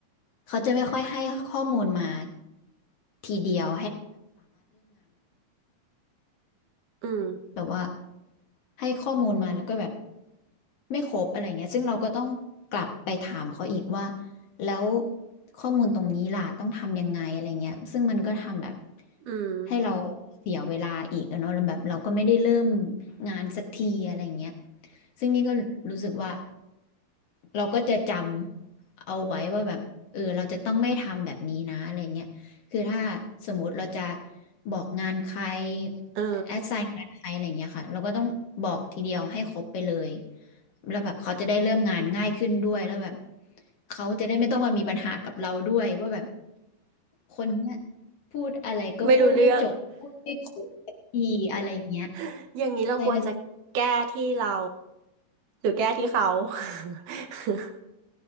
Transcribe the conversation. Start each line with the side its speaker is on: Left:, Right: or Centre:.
Left: เขาจะไม่ค่อยให้ข้อมูลมาทีเดียว
Right: อืม
Left: แบบว่าให้ข้อมูลมาแล้วก็แบบไม่ครบอะไรเงี้ยซึ่งเราก็ต้องกลับไปถามเขาอีกว่าแล้วข้อมูลตรงนี้ล่ะต้องทำยังไงอะไรเงี้ยซึ่งมันก็ทำแบบ
Right: อืม
Left: ให้เราเสียเวลาอีกอะเนาะแล้วแบบเราก็ไม่ได้เริ่มงานสักทีอะไรเงี้ยซึ่งนี่ก็รู้สึกว่าเราก็จะจำเอาไว้ว่าแบบเออเราจะต้องไม่ทำแบบนี้นะอะไรเงี้ย คือถ้าสมมติเราจะบอกงานใคร
Right: เออ
Left: แอดไซน์งานใครอะไรอย่างเงี้ยค่ะเราก็ต้องบอกทีเดียวให้ครบไปเลยแล้วแบบเขาจะได้เริ่มงานง่ายขึ้นด้วยแล้วแบบเขาจะได้ไม่ต้องมามีปัญหากับเราด้วยว่าแบบคนเนี้ยพูดอะไรก็พูดไม่จบพูดไม่ครบสักทีอะไรอย่างเงี้ย
Right: ไม่รู้เรื่อง <laughs> อย่างนี้เราควรจะแก้ที่เรา
Left: ใช่นะ
Right: หรือแก้ที่เขา <laughs>